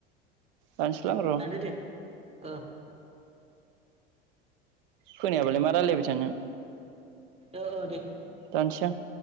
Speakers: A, on the right; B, on the right.
A: दानसैलां र'
B: दानदो दे ओ।
A: खोनायाबालाय मा रायलायबाय थानो।
B: ओ ओ दे।
A: दानसै आं।